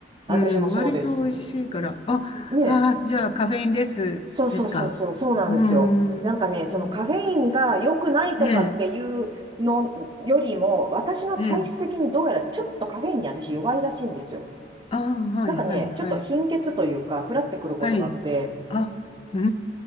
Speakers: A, on the right; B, on the left.
A: 私もそうです。
B: うん、割と美味しいから。あ、
A: ねえ。
B: あー、じゃあカフェインレスですか。
A: そうそうそうそう、そうなんですよ。
B: うん、
A: なんかね、
B: うん、
A: そのカフェインが良くないとかっていうのよりも、
B: うんええ、
A: 私の体質的にどうやらちょっとカフェインに私弱いらしいんですよ。
B: ええ。ああ、はい、
A: なんかね、
B: はい、はい。
A: ちょっと貧血というか、ふらってくることがあって、
B: はい。あ、うー